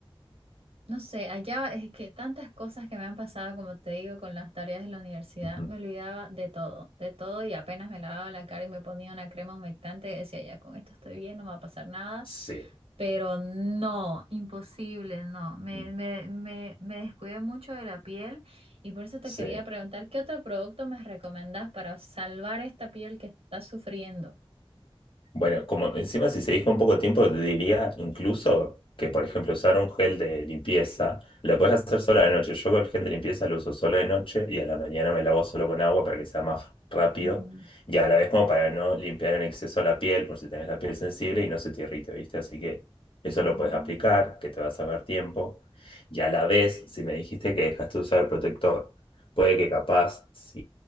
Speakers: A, on the right; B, on the left.
A: No sé, allá es que tantas cosas que me han pasado, como te digo, con las tareas de la universidad,
B: Ujú.
A: me olvidaba de todo, de todo y apenas me lavaba la cara y me ponía una crema humectante, decía, ya con esto estoy bien, no me va a pasar nada,
B: Sí,
A: pero no, imposible, no, me,
B: mm,
A: me, me, me descuidé mucho de la piel y por eso te
B: sí.
A: quería preguntar, ¿qué otro producto me recomendás para salvar esta piel que está sufriendo?
B: Bueno, como encima si se dijo un poco tiempo, te diría incluso que, por ejemplo, usar un gel de limpieza, lo puedes hacer solo de noche. Yo el gel de limpieza lo uso solo de noche y a la mañana me lavo solo con agua para que sea más rápido
A: Ujú.
B: y a la vez como para no limpiar en exceso la piel por si tenés la piel sensible y no se te irrite, ¿viste? Así que eso
A: Mm,
B: lo puedes aplicar, que te va a salvar tiempo. Y a la vez, si me dijiste que dejaste de usar el protector. Puede que capaz, si